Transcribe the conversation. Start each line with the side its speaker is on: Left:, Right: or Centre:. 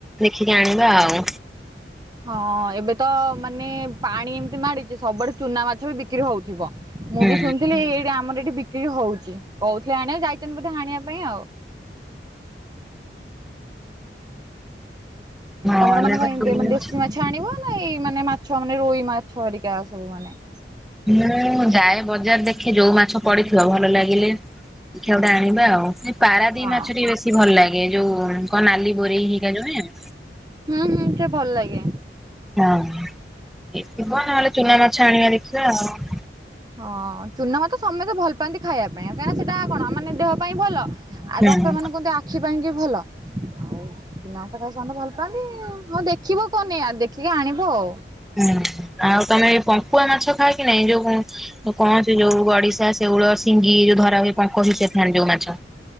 Centre: ଦେଖିକି ଆଣିବା ଆଉ।
Right: ହଁ ଏବେ ତ ମାନେ ପାଣି ଏମିତି ମାଡିଛି। ସବୁଆଡେ ଚୁନା ମାଛ ବି ବିକ୍ରି ହଉଛି। ଥିବ ମୁଁ
Centre: ହୁଁ
Right: ବି ଶୁଣିଥିଲି ଏଇଠି ଆମର ଏଇଠି ବି କି ହଉଛି କହୁଥିଲେ ଆଣିବା ଯାଇଛନ୍ତି ବୋଧେ ଆଣିବା ପାଇଁ ଆଉ।
Centre: ହଁ
Right: ତମର
Centre: ଏଇନା
Right: ମାନେ
Centre: ତ
Right: କ ଏନ୍ତି
Centre: କିଣି
Right: ଦେଶୀ
Centre: ଅଛି।
Right: ମାଛ ଛାଣିବ ନା ଏଇ ମାନେ ମାଛ ମାନେ ରୋଇ ମାଛ ହେରିକା ସବୁ ମାନେ
Centre: ହୁଁ ଯାଏ ବଜାର ଦେଖେ ଯୋଉ ମାଛ ପଡିଥିବ ଭଲ ଲାଗିଲେ ଦେଖିଆ ଗୋଟେ ଆଣିବା ଆଉ। ପାରାଦ୍ବୀପ
Right: ହଁ
Centre: ମାଛ ଟିକେ ବେଶୀ ଭଲ ଲାଗେ ଯୋଉ କଣ ନାଲି ବୋରେଇ ହେଇଗା ଯୋଉ ନୁହେଁ।
Right: ହୁଁ ହୁଁ ସେ ଭଲ୍ ଲାଗେ।
Centre: ହଁ କିଏ ଥିବ ନହେଲେ ଚୁନା ମାଛ ଆଣିବା ଦେଖିବା ଆଉ।
Right: ହଁ ଚୁନା ମାଛ ତ ସମସ୍ତେ ଭଲ ପାଆନ୍ତି ଖାଇବା ପାଇଁ କାଁଇକିନା ସେଟା କଣ ମାନେ ଦେହ ପାଇଁ ଭଲ ଆ
Centre: ହୁଁ
Right: ଡକ୍ଟର ମାନେ କୁହନ୍ତି ଆଖି ପାଇଁକି ଭଲ। <unintelligible> ଚୁନା ମାଛ ତ ଖାଇବାକୁ ସମସ୍ତେ ଭଲ ପାଆନ୍ତି, ହଉ ଦେଖିବ କଣ ନେଇଆ ଦେଖିକି ଆଣିବ ଆଉ।
Centre: ହୁଁ ଆଉ ତମେ ଏ ପଙ୍କୁଆ ମାଛ ଖାଅ କି ନାଇଁ ଯୋଉ ଯୋଉ କହନ୍ତି ଯୋଉ ଗଡିଶା, ଶେଉଳ, ସିଙ୍ଗି ଯୋଉ ଧରା ହୁଏ ପଙ୍କ ଭିତେରେ ଥାନ୍ତି ଯୋଉ ମାଛ।